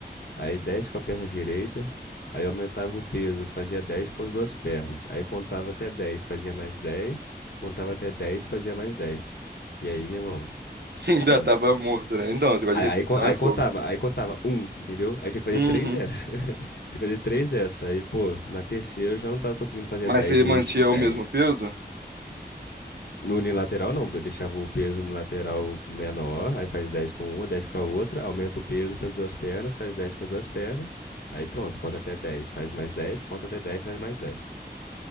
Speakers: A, on the left; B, on the right.
A: Aí 10 com a perna direita. Aí eu aumentava o peso, fazia 10 com as duas pernas. Aí contava até dez fazia mais dez Contava até dez fazia mais dez E aí, meu irmão.
B: <laughs> ainda
A: hum,
B: tava morto, né? Então, esse negócio
A: Aí,
B: de repetição
A: aí, con- aí
B: é
A: contava,
B: fogo.
A: aí contava um, entendeu? Aí tinha que fazer
B: Uhum.
A: três dessas. <laughs> Tinha que fazer três dessas. Aí, pô, na terceira eu já não tava conseguindo fazer
B: Mas
A: 10
B: você
A: no
B: mantinha
A: último dez
B: o mesmo peso?
A: No unilateral, não. Eu deixava o peso no lateral menor, aí faz 10 com uma, 10 com a outra, aumenta o peso para as duas pernas, faz 10 com as duas pernas, aí pronto, conta até 10, faz mais 10, conta até 10, faz mais dez,